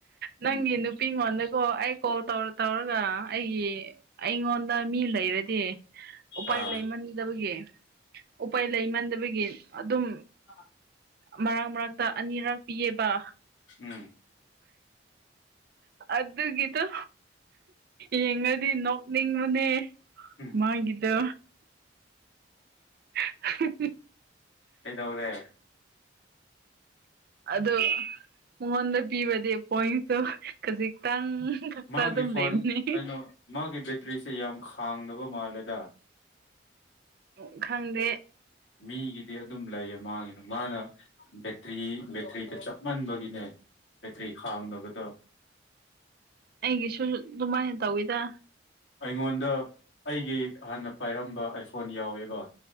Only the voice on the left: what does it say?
ꯑꯥ
ꯑ
ꯎꯝ
ꯎ
ꯀꯩꯗꯧꯔꯦ
ꯃꯥꯒꯤ
ꯐꯣꯟ
ꯀꯩꯅꯣ ꯃꯥꯒꯤ ꯕꯦꯇ꯭ꯔꯤꯁꯦ ꯌꯥꯝ ꯈꯥꯡꯗꯕ ꯃꯥꯜꯂꯦꯗ
ꯃꯤꯒꯤꯗꯤ ꯑꯗꯨꯝ ꯂꯩꯌꯦ ꯃꯥꯡꯒꯤꯅ ꯃꯥꯅ ꯕꯦꯇ꯭ꯔꯤ ꯕꯦꯇ꯭ꯔꯤꯗ ꯆꯞꯃꯟꯕꯒꯤꯅꯦ ꯕꯦꯇ꯭ꯔꯤ ꯈꯥꯡꯗꯕꯗꯣ
ꯑꯩꯉꯣꯟꯗ ꯑꯩꯒꯤ ꯍꯥꯟꯅ ꯄꯥꯏꯔꯝꯕ ꯑꯥꯏꯐꯣꯟ ꯌꯥꯎꯋꯦꯕ